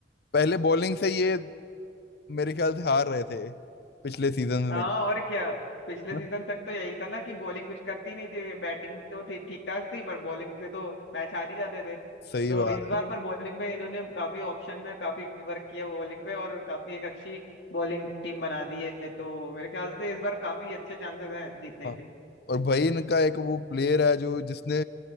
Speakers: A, on the left; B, on the left.
A: पहले बॉलिंग से ये मेरे ख्याल से हार रहे थे पिछले सीजन
B: हाँ
A: में
B: और क्या पिछले
A: है
B: सीजन
A: ना?
B: तक तो यही था ना कि बॉलिंग कुछ करती नहीं थी बैटिंग तो थी ठीक ठाक थी पर बॉलिंग से तो मैच हार ही जाते थे
A: सही
B: तो
A: बात
B: इस बार
A: है
B: पर बॉलिंग में इन्होंने काफी ऑप्शन में काफी वर्क किया बॉलिंग पे और काफी एक अच्छी बॉलिंग टीम बना दी है तो मेरे ख्याल से इस बार काफी अच्छे चांसेस हैं जीतने
A: हाँ
B: के
A: और भाई इनका एक वो प्लेयर है जो जिसने